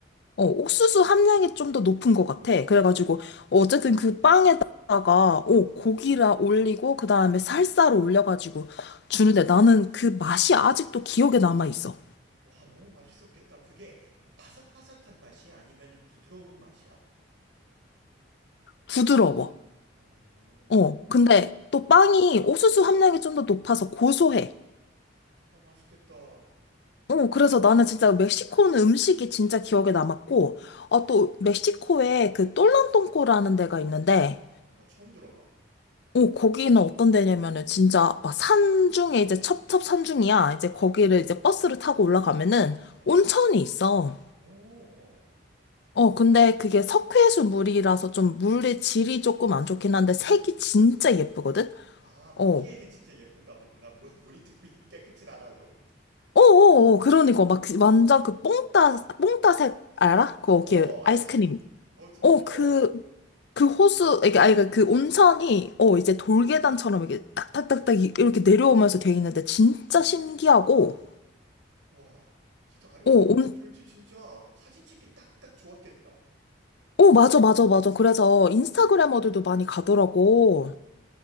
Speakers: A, on the left; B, on the right.
A: 어, 옥수수 함량이 좀 더 높은 것 같아. 그래가지고,
B: 아,
A: 어쨌든 그 빵에다가, 오, 고기라 올리고, 그 다음에 살사를 올려가지고 주는데 나는 그 맛이 아직도 기억에 남아있어.
B: 와, 너무 맛있었겠다. 그게 뭐 바삭바삭한 맛이야? 아니면은 부드러운 맛이야?
A: 부드러워.
B: 오,
A: 어, 근데 또 빵이 옥수수 함량이 좀 더 높아서 고소해.
B: 어, 맛있겠다. 어,
A: 어, 그래서 나는 진짜 멕시코는 음식이 진짜 기억에 남았고, 어, 또 멕시코에 그 똘란똥꼬라는 데가 있는데,
B: 나 처음 들어봐.
A: 오, 거기는 어떤 데냐면은 진짜 막 산중에 이제 첩첩 산중이야. 이제 거기를 이제 버스를 타고 올라가면은
B: 어,
A: 온천이 있어.
B: 오, 어.
A: 어, 근데 그게 석회수 물이라서 좀 물의 질이 조금 안 좋긴 한데 색이 진짜 예쁘거든?
B: 아,
A: 어.
B: 보기에는 진짜 예쁜가 보구나. 물- 물이 특별히 깨끗진 않아도.
A: 어어어, 그러니까 막그 완전 그 뽕따, 뽕따색 알아? 그거
B: 어, 어,
A: 이렇게
B: 알지.
A: 아이스크림.
B: 어, 진,
A: 어,
B: 어, 어.
A: 그, 그 호수, 이게, 아니, 그그 온천이, 어, 이제 돌계단처럼 이게 딱딱딱딱 이- 이렇게 내려오면서 돼 있는데 진짜 신기하고,
B: 와, 진짜 아름다,
A: 어,
B: 뭐, 왠지 진짜 사진 찍기 딱딱 좋았겠다.
A: 어, 맞아, 맞아, 맞아. 그래서 인스타그래머들도 많이 가더라고.